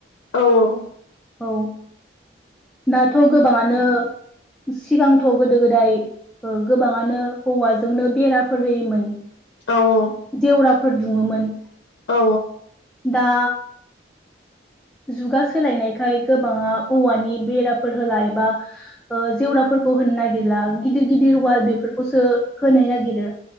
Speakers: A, on the left; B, in the centre.
A: औ औ
B: औ दाथ' गोबाङानो सिगांथ' गोदो गोदाय गोबाङानो औवाजोंनो बेराफोर होयोमोन
A: औ
B: जेवराफोर दुङोमोन
A: औ
B: दा जुगा सोलायनायखाय गोबाङा औवानि बेराफोर होला एबा जेवराफोरखौ होनो नागिरला गिदिर गिदिर वाल बेफोरखौसो होनाय नागिरो